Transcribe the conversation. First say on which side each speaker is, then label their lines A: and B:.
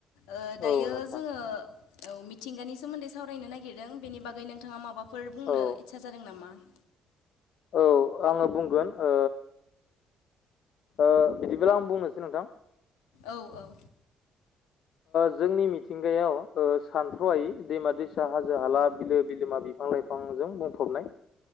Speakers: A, on the left; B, on the left.
A: ओ दायो
B: औ नोंथां
A: जोङो मिथिंगानि सोमोन्दै सावरायनो नागिरदों बेनि बागै नोंथाङा माबाफोर बुंनो
B: औ
A: इतसा जादों नामा? <inaudible>
B: औ आङो बुंगोन ओ ओ बिदिब्ला आं बुंनोसै नोंथां।
A: औ औ
B: जोंनि मिथिंगायाव सानथ्र'यायै दैमा दैसा हाजो हाला बिलो बिलोमा बिफां फां लाइफांजों बुंफबनाय